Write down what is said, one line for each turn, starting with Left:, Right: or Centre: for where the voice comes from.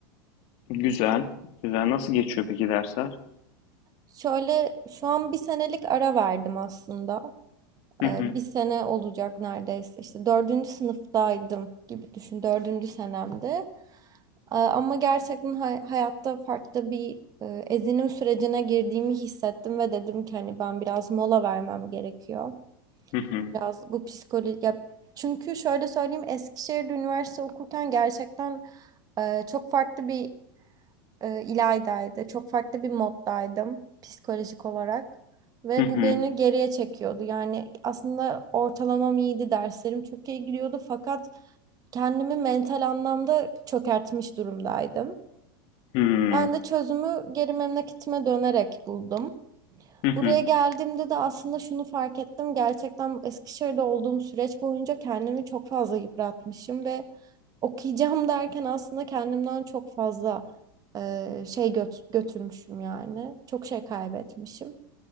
Left: Güzel, güzel. Nasıl geçiyor peki dersler?
Right: Şöyle şu an bir senelik ara verdim aslında.
Left: Hı
Right: Ee,
Left: hı.
Right: bir sene olacak neredeyse. İşte dördüncü sınıftaydım gibi düşün. Dördüncü senemdi. Ee, ama gerçekten hay- hayatta farklı bir e, ezinim sürecine girdiğimi hissettim ve dedim ki hani ben biraz mola vermem gerekiyor.
Left: Hı hı.
Right: biraz bu psikoloji ya çünkü şöyle söyleyeyim Eskişehir'de üniversite okurken gerçekten e, çok farklı bir e, ilaydaydı. Çok farklı bir moddaydım psikolojik olarak ve
Left: Hı hı.
Right: bu beni geriye çekiyordu. Yani aslında ortalamam iyiydi, derslerim çok iyi gidiyordu fakat kendimi mental anlamda çökertmiş durumdaydım.
Left: Hımm.
Right: Ben de çözümü geri memleketime dönerek buldum.
Left: Hı hı.
Right: Buraya geldiğimde de aslında şunu fark ettim. Gerçekten Eskişehir'de olduğum süreç boyunca kendimi çok fazla yıpratmışım ve okuyacağım <laughs> derken aslında kendimden çok fazla e, şey göt- götürmüşüm yani. Çok şey kaybetmişim.